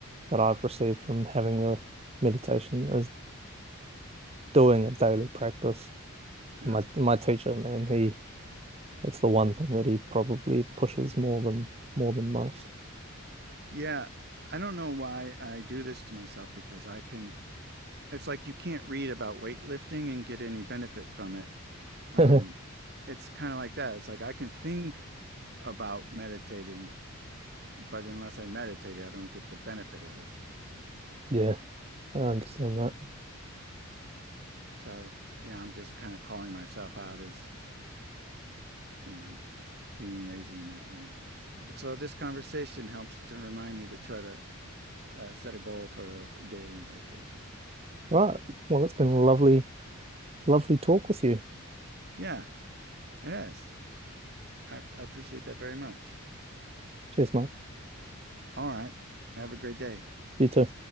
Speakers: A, on the right (about 30°); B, on the right (about 50°).
A: that I've received from having the meditation is doing a daily practice.
B: Yeah,
A: And my my teacher, man, he it's the one thing that he probably pushes more than more than most.
B: yeah. I don't know why I do this to myself because I can it's like you can't read about weightlifting and get any benefit from it. Um,
A: <laughs>
B: it's kind of like that. It's like I can think about meditating, but unless I meditate, I don't get the benefit of it.
A: Yeah, I understand that.
B: So, yeah, I'm just kind of calling myself out as, you know, being lazy in that way. So, this conversation helps to remind me to try to uh, set a goal for daily meditation.
A: Right. Well, it's been a lovely, lovely talk with you.
B: Yeah, it is. I, I appreciate that very much.
A: Cheers, mate.
B: All right. Have a great day.
A: You too.